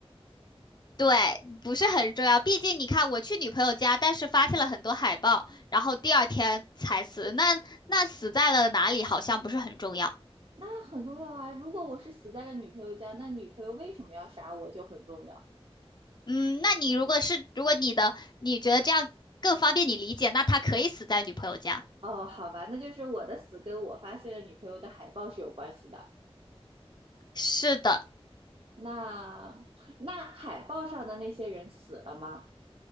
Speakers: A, on the left; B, on the right.
A: 对，不是很重要。毕竟你看，我去女朋友家，但是发现了很多海报，然后第二天才死。那那死在了哪里，好像不是很重要。
B: 那很重要啊。如果我是死在了女朋友家，那女朋友为什么要杀我就很重要。
A: 嗯，那你如果是如果你的你觉得这样更方便你理解，那他可以死在女朋友家。
B: 哦，好吧，那就是我的死跟我发现了女朋友的海报是有关系的。
A: 是的，
B: 那那海报上的那些人死了吗？